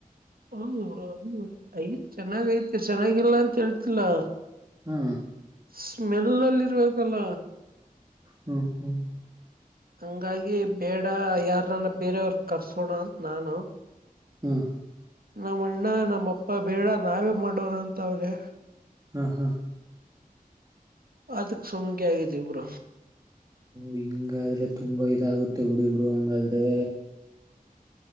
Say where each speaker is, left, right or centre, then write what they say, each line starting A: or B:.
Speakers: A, on the right; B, on the right.
A: ಹೌದು ಅ್ ಐತ್ ಚೆನ್ನಾಗ ಐತೆ ಚೆನ್ನಾಗಿಲ್ಲ ಅಂತ ಹೇಳ್ತಿಲ್ಲಾ
B: ಹಾ
A: ಸ್ಮೆಲ್ ಅಲ್ಲಿ ಇರ್ಬೇಕಲ್ಲ
B: ಹ್ಮ್ ಹ್ಮ್
A: ಹಂಗಾಗಿ ಬೇಡ ಯಾರನ್ನ ಬೇರೆಯವ್ರಗ್ ಕರ್ಸೋಣ ಅಂತ ನಾನು
B: ಹ್ಮ
A: ನಮ್ಮ ಅಣ್ಣ ನಮ್ಮ ಅಪ್ಪ ಬೇಡ ನಾವೇ ಮಾಡೋಣ ಅಂತ ಅವ್ರೆ
B: ಹಾ ಹಾ
A: ಆತ ಸವಮಿ ಕ ಆಗತಿೀ ಪೂರ
B: ಹಿಂಗಾದ್ರೆ ತುಂಬಾ ಇದಾಗುತ್ತೆ ಬಿುಡಿಬ್ರು ಹಂಗಾದ್ರೆ